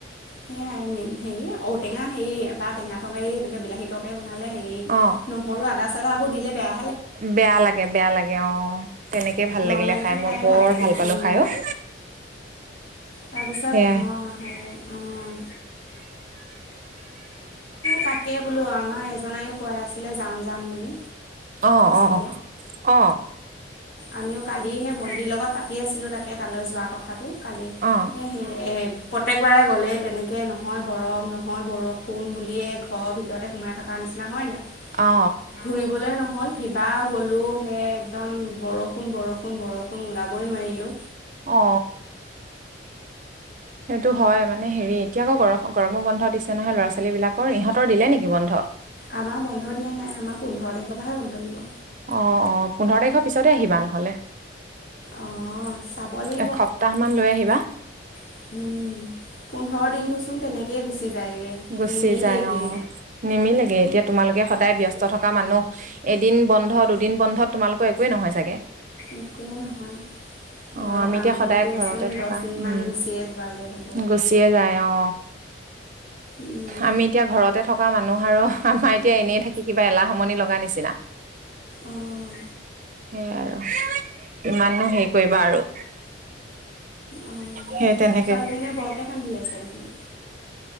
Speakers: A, on the left (about 75°); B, on the right (about 40°).
A: সেয়াই সে ঔ, টেঙা হেৰি বা টেঙা তৰকাৰী এনেকে বিলাহী তৰকাৰী বনালে হেৰি
B: অ
A: নহৰু আদা। ত আকৌ দিলে বেয়া
B: বেয়া লাগে বেয়া লাগে অ তেনেকে ভাল
A: নৰ্মেলকে
B: লাগিলে খাই মই
A: খায়ে
B: বৰ
A: লাগে
B: ভাল পালো
A: উম
B: খাই ও- উ
A: তাৰপিছত
B: এ
A: অঁ হেৰি অঁ তাকে বোলো আমাৰ এজনায়ও কৈ আছিলে যাম যাম। বুলি
B: অ অ
A: চাই
B: অ
A: আমিও কালি সেই ভন্টিৰ লগত পাতি আছিলো তাকে তালৈ যোৱা কথাটো কালি এ
B: অ
A: স এ পতেকবাৰে গ'লেই তেনেকৈ নহয় গৰম নহয় বৰষুণ, ফোন বুলিয়ে ঘৰৰ ভিতৰতে সোমাই থকা নিচিনা হয় ন
B: অ
A: ঘুৰিবলে নহয়। হ'ল সিবা গ'লো হে একদম বৰষুণ, বৰষুণ বৰষুণ ওলাবই নোৱাৰিলো।
B: অ সেইটো হয় মানে হেৰি এতিয়া আকৌ গৰ গৰমো বন্ধ দিছে নহয় ল'ৰা ছোৱালী বিলাকৰ। ইহঁতৰ দিলে নেকি বন্ধ?
A: আমাৰ বন্ধ দিয়া নাই আমাৰ পোন্ধৰ তাৰিখৰ পৰাহে বন্ধ দিব।
B: আহ অ পোন্ধৰ তাৰিখৰ পিছতে আহিবা নহলে।
A: অঁ চাব লাগিব।
B: এসপ্তাহ মান লৈ আহিবা।
A: উম পোন্ধৰ দিনতোচোন তেনেকেই গুচি যায়গে
B: গুচি
A: নিমিলেগে
B: যায় অ নিমিলেগে এতিয়া তোমালোকে সদায় ব্যস্ত থকা মানুহ এদিন বন্ধ দুদিন বন্ধত তোমালোকৰ একোৱেই নহয় চাগে।
A: একোৱেই নহয়।
B: অ
A: ঘৰৰ
B: আমি
A: কাম
B: এতিয়া সদায়
A: কৰোঁতেইচোন
B: ঘৰতে থকা
A: দহদিনমান
B: উম
A: গুচিয়ে যোৱাগৈ হ'ব।
B: গুচিয়ে যায়। অ
A: উম
B: আমি এতিয়া ঘৰতে থকা মানুহ আৰু আমাৰ এতিয়া এনেই থাকি কিবা এলাহ আমনি লগা নিচিনা। <inaudible>
A: অঁ
B: সেইয়াই আৰু কিমাননো হেৰি কৰিবা আৰু
A: অ ছোৱালীজনীয়ে
B: সেই তেনেকে
A: বৰকে কান্দি আছে দেখোন।